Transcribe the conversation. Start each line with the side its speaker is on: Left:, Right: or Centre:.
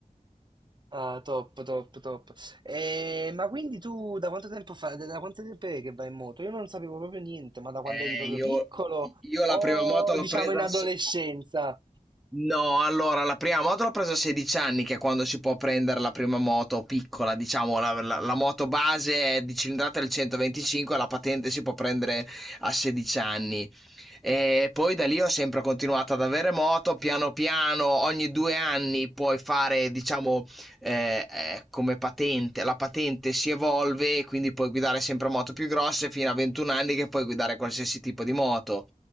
Right: Ah, top, top, top. Eh, ma quindi tu da quanto tempo fa, da quanto tempo è che vai in moto? Io non sapevo proprio niente, ma da quando
Centre: Eh,
Right: eri proprio
Centre: io,
Right: piccolo
Centre: io
Right: o
Centre: la prima moto l'ho
Right: diciamo
Centre: presa
Right: in
Centre: al,
Right: adolescenza?
Centre: se- No, allora la prima moto l'ho presa a 16 anni, che è quando si può prendere la prima moto piccola, diciamo, la, la- la moto base è di cilindrata del 125, la patente si può prendere a 16 anni. E poi da lì ho sempre continuato ad avere moto, piano piano, ogni due anni puoi fare, diciamo, eh, eh, come patente, la patente si evolve, quindi puoi guidare sempre moto più grosse fino a 21 anni che puoi guidare qualsiasi tipo di moto.